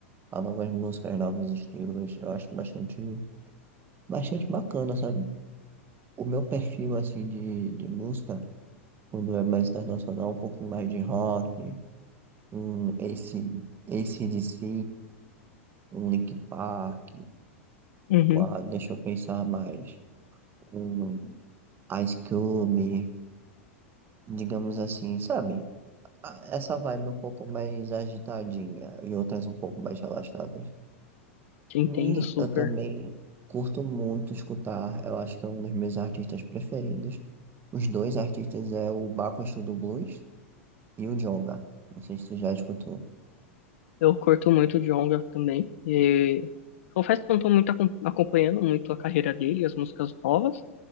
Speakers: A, on the right; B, on the left.
A: a novas músicas, novos estilos. Eu acho bastante. bastante bacana, sabe? O meu perfil, assim, de, de música, quando é mais internacional, um pouquinho mais de rock, um AC, AC/DC, um Linkin Park,
B: Uhum,
A: uma, deixa eu pensar mais, um Ice Cube, digamos assim, sabe? A- Essa vibe um pouco mais agitadinha e outras um pouco mais relaxadas.
B: te entendo
A: E
B: super.
A: eu também curto muito escutar, eu acho que é um dos meus artistas preferidos. Os dois artistas é o Baco Exu do Blues e o Djonga. Não sei se tu já escutou.
B: Eu curto muito o Djonga também. E confesso que não estou muito acom- acompanhando muito a carreira dele, as músicas novas.